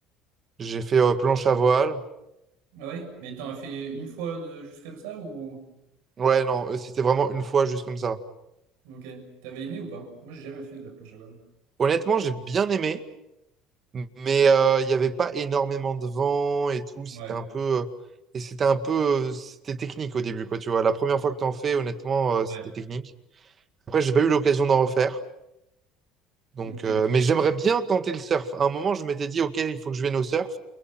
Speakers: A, on the right; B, on the right.
A: J'ai fait euh, planche à voile.
B: Ah Ouais, mais t'en as fait une fois de... juste comme ça ou.
A: Ouais, non, euh, c'était vraiment une fois juste comme ça.
B: Ok. T'avais aimé ou pas? Moi, j'ai jamais fait de la planche à voile.
A: Honnêtement, j'ai bien aimé, mais euh, il n'y avait pas énormément de vent et tout. C'était
B: Ouais,
A: un peu. euh, et c'était un peu. euh, c'était technique au début, quoi, tu vois. La première fois que t'en fais, honnêtement, euh,
B: ouais.
A: c'était technique. Après, j'ai pas eu l'occasion d'en refaire. Donc,
B: Ok.
A: euh, mais j'aimerais bien tenter le surf. À un moment, je m'étais dit, OK, il faut que je vienne au surf.